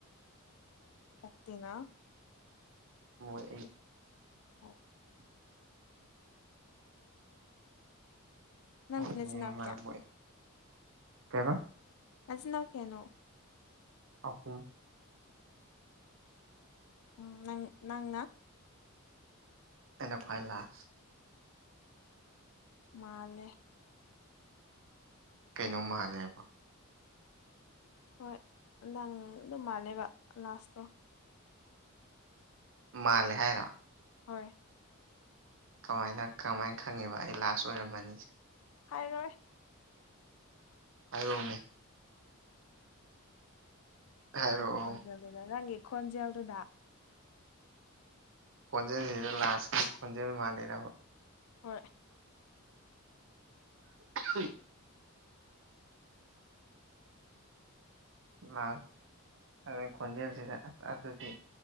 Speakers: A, on the left (about 75°); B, on the right (about 60°).
A: ꯍꯥꯛꯇꯅ
B: ꯃꯣꯏ
A: ꯑꯣ ꯅꯪꯗꯤ
B: ꯑꯣ
A: ꯅꯆꯤꯟꯅꯥꯎ
B: ꯃꯔꯝ
A: ꯀꯌꯥ
B: ꯀꯩꯕ
A: ꯅꯆꯤꯟꯅ ꯀꯩꯅꯣ
B: ꯑꯍꯨꯝ
A: ꯎꯝ ꯅꯪ ꯅꯪ
B: ꯑꯦꯅꯦꯥꯏ ꯂꯥꯁ
A: ꯃꯥꯂꯦ
B: ꯀꯩꯅꯣꯝ ꯃꯥꯜꯂꯦꯕ
A: ꯍꯣꯏ ꯅꯪ ꯑꯗꯨꯝ ꯃꯥꯜꯂꯦꯕ ꯂꯥꯁꯇꯣ
B: ꯃꯥꯜꯍꯦꯔꯥ
A: ꯍꯣꯏ
B: ꯀꯃꯥꯏꯅ ꯀꯃꯥꯏꯅ ꯈꯪꯉꯦꯕ ꯑꯩ ꯂꯥꯁ ꯑꯣꯏꯔꯝꯃꯅꯤꯁꯦ
A: ꯍꯥꯏꯔꯣꯏ
B: ꯍꯥꯏꯧꯅꯦ ꯍꯥꯏꯔꯛꯑꯣ
A: ꯅꯪ ꯈꯣꯟꯖꯦꯜꯗꯨꯗ ꯅꯪꯒꯤ ꯈꯣꯟꯖꯦꯜꯗꯨꯗ
B: ꯀꯣꯟꯖ ꯍꯔ ꯂꯥꯁ ꯀꯣꯟꯖ ꯃꯥꯜꯔꯕꯣ
A: ꯍꯣꯏ
B: ꯎ ꯃꯥ ꯑꯗꯩ ꯈꯣꯟꯖꯦꯜꯁꯤꯗ ꯑꯗꯨꯗꯤ